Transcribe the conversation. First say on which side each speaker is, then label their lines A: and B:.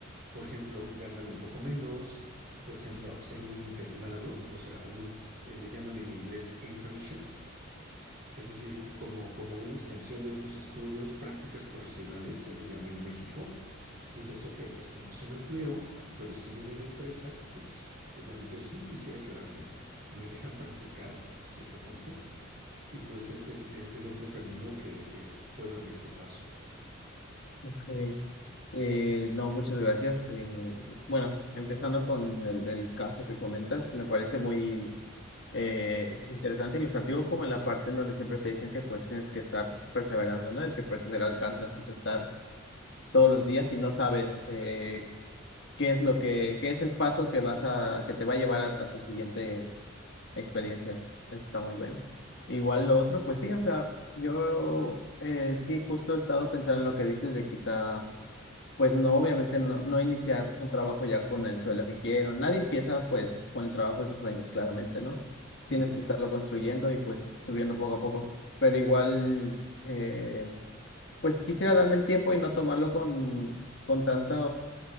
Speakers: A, on the right (about 50°); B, on the left (about 60°).
A: Por ejemplo, ganar un poco menos, por ejemplo, hacer un internado, o sea, un, eh, le llaman en inglés internship, es decir, como, como una extensión de tus estudios, prácticas profesionales, se le llama en México, dices, ok, esto no es un empleo, pero estoy en una empresa que donde yo sí quisiera quedarme, me dejan practicar hasta cierto punto, y pues es el, el- el otro camino que, que puede abrirte paso.
B: Ok. Eh, no, muchas gracias. Eh, bueno, empezando con el, el caso que comentas, me parece muy eh, interesante, e ilustrativo, como en la parte en donde siempre te dicen que pues tienes que estar perseverando, ¿no? El que persevera alcanza, es estar todos los días y no sabes eh, qué es lo que, qué es el paso que vas a, que te va a llevar a, a tu siguiente experiencia. Eso está muy bueno. Igual lo otro, pues sí, o sea, yo eh, sí justo he estado pensando en lo que dices de quizá, pues no, obviamente no, no iniciar un trabajo ya con el sueldo que quiero. Nadie empieza pues con el trabajo de sus sueños, claramente, ¿no?
A: Ujú.
B: Tienes que estarlo construyendo y pues subiendo poco a poco. Pero igual, eh, pues quisiera darme el tiempo y no tomarlo con, con tanta